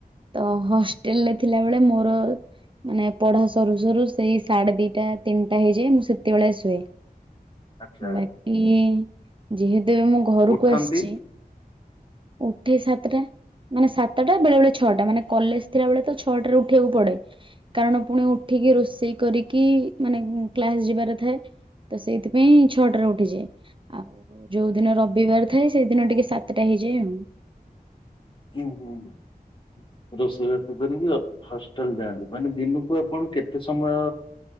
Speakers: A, on the right; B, on the left.
A: ତ, ହଷ୍ଟେଲ ରେ ଥିଲାବେଳେ ମୋର ମାନେ ପଢା ସରୁ ସରୁ, ସେଇ ସାଢ଼େ ଦିଟା ତିନିଟା ହେଇଯାଏ, ମୁଁ ସେ ତେବେଳେ ଶୁଏ,
B: ଆଚ୍ଛା
A: ବାକି ଯେହେତୁବି ମୁଁ ଘରକୁ
B: ଉଠନ୍ତି
A: ଆସିଛି ଉଠେ ସାତଟା। ମାନେ ସାତଟା, ବେଳେ ବେଳେ ଛଅଟା, ମାନେ କଲେଜ ଥିଲା ବେଳେ ତ ଛଅଟାରେ ଉଠିବାକୁ ପଡେ। କାରଣ ପୁଣି
B: ହୁଁ
A: ଉଠିକି, ରୋଷେଇ କରିକି, ମାନେ କ୍ଲାସ ଯିବାର ଥାଏ। ତ, ସେଇଥିପାଇଁ ଛଅଟାରେ ଉଠିଯାଏ। ଆଉ ଯୋଉଦିନ ରବିବାର ଥାଏ, ସେଇଦିନ ଟିକେ ସାତଟା ହେଇଯାଏ ଆଉ।
B: ହୁଁ ହୁଁ ହୁଁ, ରୋଷେଇ ବା <unintelligible> ହଷ୍ଟେଲ ଯାଆନ୍ତୁ, ମାନେ ଦିନକୁ ଆପଣ କେତେ ସମୟ